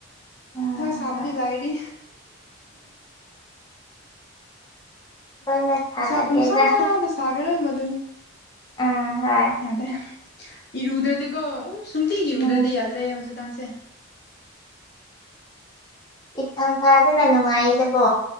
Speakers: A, on the left; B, on the left.
A: ꯎꯝ
B: ꯁꯕꯗꯤ
A: ꯍꯣꯏ
B: ꯂꯥꯏꯔꯤ
A: ꯂꯣꯏꯅ ꯁꯥꯒꯠꯂꯦꯗ
B: ꯅꯤꯁꯥ ꯄꯨꯡꯁꯥꯗ ꯁꯥꯒꯔꯣꯏ ꯃꯗꯨꯅ
A: ꯎꯝ ꯍꯣꯏ
B: ꯌꯥꯗ꯭ꯔꯦ ꯏꯔꯨꯗ꯭ꯔꯗꯤꯀꯣ ꯎ ꯁꯨꯡꯇꯤ ꯏꯔꯨꯗ꯭ꯔꯗꯤ
A: ꯎꯝ
B: ꯌꯥꯗ꯭ꯔꯦ ꯍꯧꯖꯤꯛꯀꯥꯟꯁꯦ
A: ꯏꯊꯝ ꯐꯥꯗꯅ ꯅꯨꯡꯉꯥꯏꯗꯀꯣ